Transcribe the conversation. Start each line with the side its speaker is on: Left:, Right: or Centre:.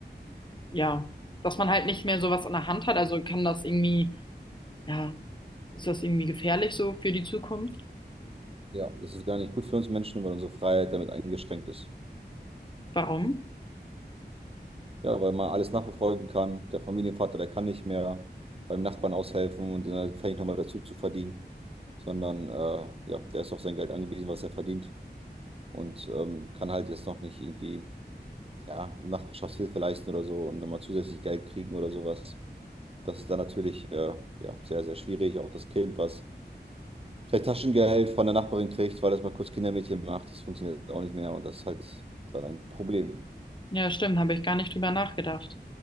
Left: ja, dass man halt nicht mehr sowas in der Hand hat. Also kann das irgendwie, ja, ist das irgendwie gefährlich so für die Zukunft?
Right: Ja, das ist gar nicht gut für uns Menschen, weil unsere Freiheit damit eingeschränkt ist.
Left: Warum?
Right: Ja, weil man alles nachverfolgen kann. Der Familienvater, der kann nicht mehr beim Nachbarn aushelfen und dann fängt nochmal dazu zu verdienen, sondern äh, ja, der ist auf sein Geld angewiesen, was er verdient und ähm, kann halt jetzt noch nicht irgendwie, ja, Nachbarschaftshilfe leisten oder so und nochmal zusätzlich Geld kriegen oder sowas. Das ist dann natürlich äh, ja, sehr, sehr schwierig. Auch das Kind, was vielleicht Taschengeld von der Nachbarin kriegt, weil es mal kurz Kindermädchen macht, das funktioniert auch nicht mehr und das ist halt dann ein Problem.
Left: Ja, stimmt, habe ich gar nicht drüber nachgedacht.